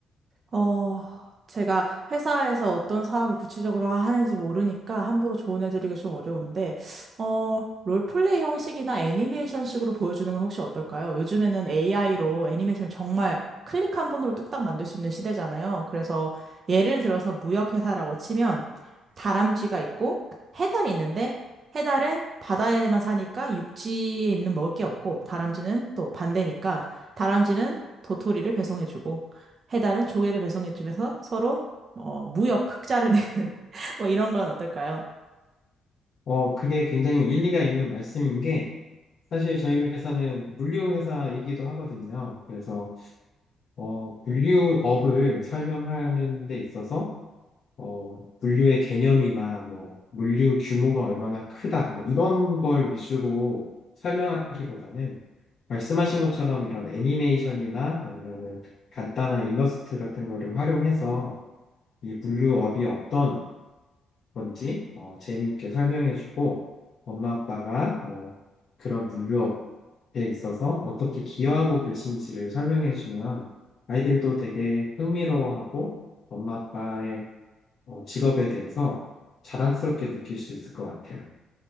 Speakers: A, on the right; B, on the left.
A: 어, 제가 회사에서 어떤 사업을 구체적으로 하는지 모르니까 함부로 조언해드리기가 좀 어려운데, 어, 롤플레이 형식이나 애니메이션식으로 보여주는 건 혹시 어떨까요? 요즘에는 AI로 애니메이션을 정말 클릭 한 번으로 뚝딱 만들 수 있는 시대잖아요. 그래서 예를 들어서 무역회사라고 치면 다람쥐가 있고 해달이 있는데 해달은 바다에만 사니까 육지에 있는 먹을 게 없고 다람쥐는 또 반대니까 다람쥐는 도토리를 배송해주고 해달은 조개를 배송해주면서 서로 어, 무역 흑자를 <laughs> 내는 뭐 이런 건 어떨까요?
B: 어, 그게 굉장히 일리가 있는 말씀인 게, 사실 저희 회사는 물류 회사이기도 하거든요. 그래서, 어, 물류업을 설명하는 데 있어서 어, 물류의 개념이나 뭐 물류 규모가 얼마나 크다 뭐 이런 걸 위주로 설명하기보다는 말씀하신 것처럼 이런 애니메이션이나 아니면은 간단한 일러스트 같은 거를 활용해서 이 물류업이 어떤 건지 어, 재미있게 설명해주고 엄마 아빠가 어, 그런 물류업에 있어서 어떻게 기여하고 계신지를 설명해주면 아이들도 되게 흥미로워하고 엄마 아빠의 어, 직업에 대해서 자랑스럽게 느낄 수 있을 것 같아요.